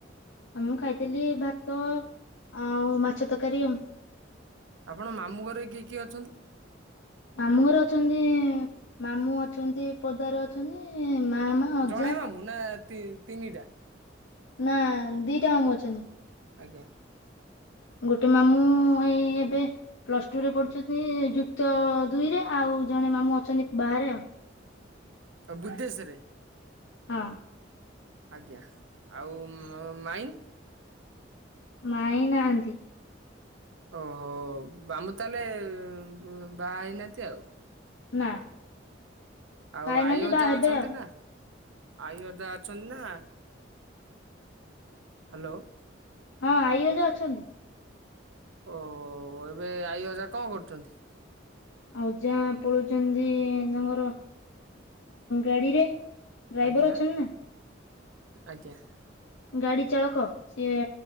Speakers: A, on the left; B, on the right.
A: ଆ ମୁଁ ଖାଇଥିଲି ଭାତ ଆଉ ମାଛ ତରକାରୀ ଆଉ
B: ଆପଣ ମାମୁଁ ଘରରେ କିଏ କିଏ ଅଛନ୍ତି
A: ମାମୁଁ ଘର ଅଛନ୍ତି ମାମୁଁ ଅଛନ୍ତି ପଦାରେ ଅଛନ୍ତି ମା ମା ଅଜା
B: ଜଡେ ମାମୁ ନା ତିନିଟା
A: ନା ଦିଟା କାମ ଅଛନ୍ତି
B: ଆଜ୍ଞା
A: ଗୋଟେ ମାମୁଁ ଏଇ ଏବେ ପ୍ଲସ ଟୁ ରେ ପଢୁଛନ୍ତି ଯୁକ୍ତ ଦୁଇରେ ଆଉ ଜଣେ ମାମୁଁ ଅଛନ୍ତି ବାହାରେ ଆଉ
B: ଆଉ ବୁଦ୍ଧେଶରେ
A: ହଁ
B: ଆଜ୍ଞା ଆଉ ମାଇଁ
A: ମାଇ ନାହାନ୍ତି
B: ଓହୋ ବାମୁ ତାହେଲେ ଉଁ ବାହା ହେଇନାହାନ୍ତି ଆଉ
A: ନା
B: ଆଉ
A: ବାହା ହେଇନାହାନ୍ତି
B: ଆଈ ଅଜା
A: ବାହା ହେବେ
B: ଅଛନ୍ତି
A: ଆଉ
B: ନା ଆଈ ଅଜା ଅଛନ୍ତି ନା ହ୍ୟାଲୋ
A: ହଁ ଆଇଅଜା ଅଛନ୍ତି
B: ଓହୋ ଏବେ ଆଈ ଅଜା କଣ କରୁଛନ୍ତି
A: ଆଉ ଅଜା ପଳଉଛନ୍ତି। ତାଙ୍କର ଗାଡିରେ ଡ୍ରାଇଭର
B: ଆଜ୍ଞା
A: ଅଛନ୍ତି ନା
B: ଆଜ୍ଞା
A: ଗାଡି ଚାଳକ ସିଏ